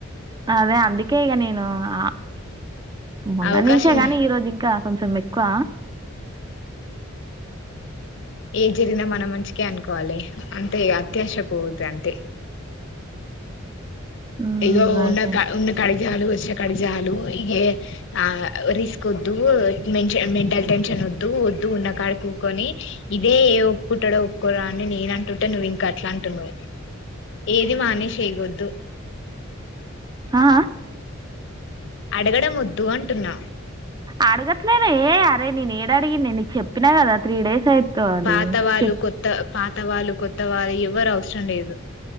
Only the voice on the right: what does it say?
అదే అందుకే ఇగ నేను ఆ మొన్న
నించే గని ఈరోజు ఇంకా కొంచం ఎక్కువ
హ్మ్
అదే అదే
ఆ
అడగట్లేనే అట్ అరే నేను ఏడడిగిన్నే నీకు చెప్పినా గదా త్రీ డేస్ అయిత దని
చెప్